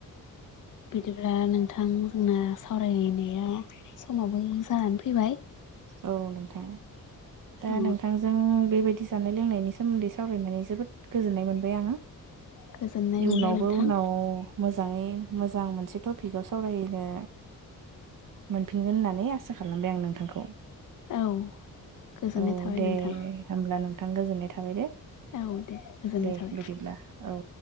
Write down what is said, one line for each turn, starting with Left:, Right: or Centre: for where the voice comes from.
Left: बिदिब्ला नोंथां जोंना सावरायनायाव समावबो जानानै फैबाय।
Right: औ नोंथां दा
Left: औ
Right: नोंथांजों बेबायदि जानाय लोंनायनि सोमोन्दै सावरायनानै जोबोद गोजोननाय मोनबाय आङो।
Left: गोजोननाय
Right: इयनावबो
Left: मोनबाय नोंथां
Right: उनाव मोजाङै मोजां मोनसे टपिकाव सावरायनो मोनफिनगोन होननानै आसा खालामबाय आं नोंथांखौ।
Left: औ गोजोननाय
Right: औ
Left: थाबाय
Right: दे
Left: नोंथां
Right: हब्ला नोंथां गोजोननाय थाबाय दे।
Left: औ दे गोजोननाय
Right: दे
Left: थाबाय
Right: बिदिब्ला औ।